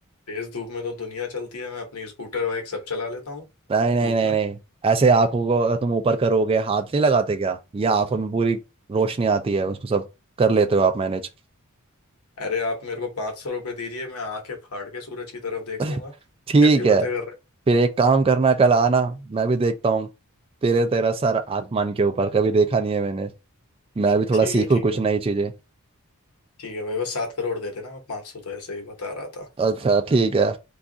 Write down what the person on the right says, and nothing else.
नहीं नहीं
नहीं
नहीं ऐसे आंखों को तुम ऊपर करोगे हाथ नहीं लगाते क्या या आंखों में पूरी रोशनी आती है उसको सब कर लेते हो आप मैनेज
<laughs>
ठीक
है
फिर एक काम करना कल आना मैं भी देखता हूँ तेरे तेरा सर आसमान के ऊपर कभी देखा नहीं है मैंने मैं भी थोड़ा
सीखूँ
कुछ
नई चीजें
अच्छा ठीक है